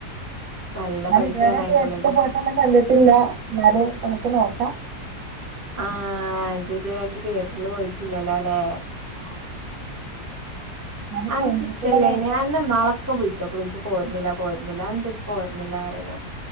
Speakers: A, on the right; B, on the right.
A: നല്ല
B: ഞാൻ
A: പൈസയാണ്
B: ഇതുവരെ
A: അയിന്റെ
B: തിയേറ്ററിൽ
A: ഉള്ളില്
B: പോയിട്ട് ഒന്നും കണ്ടിട്ടില്ലാ എന്നാലും നമ്മക്ക് നോക്കാം
A: ആഹ് ഇജ്ജ് ഇതുവരായിട്ട് തിയേറ്ററിൽ പോയിട്ടില്ലല്ലോ ല്ലെ
B: <inaudible> എന്നാലും
A: അൻക്കിഷ്ട്ടല്ലേനി
B: ഫോണിൽ കൂടെ നോക്കാം
A: അന്നെന്നാള് ഒക്കെ വിളിച്ചപ്പളും ഇജ്ജ് പോരണില്ലാ പോരണില്ലാ അതെന്താ ഇജ്ജ് പോരണില്ലാന്ന് പറയുന്നെ